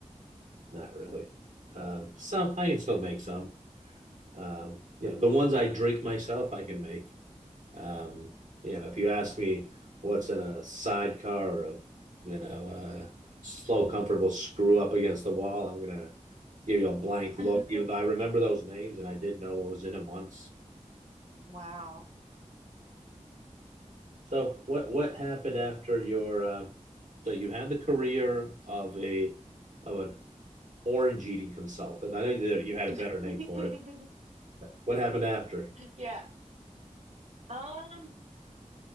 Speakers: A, on the right (about 80°); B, on the right (about 60°).
A: not really. Um, some I can still make some. Um, yeah, the ones I drink myself, I can make. Um, you know, if you ask me what's in a sidecar of, you know, uh, slow, comfortable screw up against the wall, I'm going to give you a blank look,
B: <laughs>
A: even though I remember those names and I did know what was in them once.
B: Wow.
A: So what, what happened after your, uh, so you had the career of a, of an orange eating consultant. I know that you had a better
B: <laughs>
A: name for it. What happened after?
B: Yeah. Um,